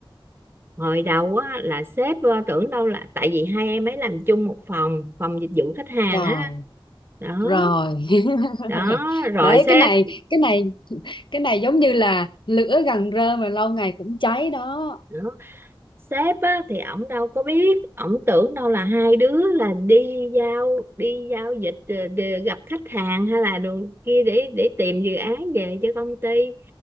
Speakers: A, on the right; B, on the left.
A: hồi đầu á là sếp ờ, tưởng đâu là tại vì hai em ấy làm chung một phòng phòng dịch vụ khách hàng
B: rồi
A: á đó
B: rồi <laughs>
A: đó rồi
B: đấy
A: sếp
B: cái này cái này cái này giống như là lửa gần rơm mà lâu ngày cũng cháy đó
A: đó sếp á, thì ổng đâu có biết ổng tưởng đâu là hai đứa là đi giao đi giao dịch ờ, để gặp khách hàng hay là đường kia để để tìm dự án về cho công ty